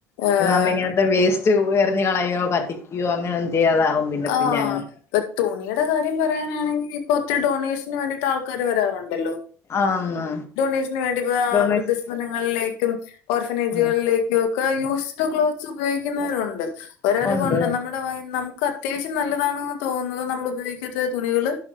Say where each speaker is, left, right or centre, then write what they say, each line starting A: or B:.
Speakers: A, on the left (about 80°); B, on the left (about 40°).
A: ആഹ്
B: ഇതാകുമ്പോ ഇങ്ങനത്തെ വേസ്റ്റ് എറിഞ്ഞ് കളയോ കത്തിക്കുകയോ അങ്ങനെ ഒന്നു ചെയ്യാതാവും പിന്നെ
A: ആഹ്
B: പിന്നെ അങ്ങ്
A: ഇപ്പൊ തുണിയുടെ കാര്യം പറയാനാണെങ്കി ഇപ്പൊ ഒത്തിരി ഡൊണേഷന് വേണ്ടിട്ട് ആൾക്കാര് വരാറുണ്ടല്ലോ
B: ആന്ന്
A: ഡോണേഷന് വേണ്ടിപ്പോ
B: ഡൊണേഷൻ
A: വൃദ്ധസദനങ്ങളിലേക്കും ഓർഫനേജുകളിലേ
B: ഉം
A: ക്കും ഒക്കെ യൂസ്ഡ് ക്ലോത്ത്സ് ഉപയോഗിക്കുന്നവരുണ്ട് അവരവര്
B: ഉണ്ട്
A: കൊ നമ്മുടെ <unintelligible> ക്കത്താവിശ്യ നല്ലതാണ് തോന്നുന്നത് നമ്മള് ഉപയോഗിക്കത്ത തുണികള്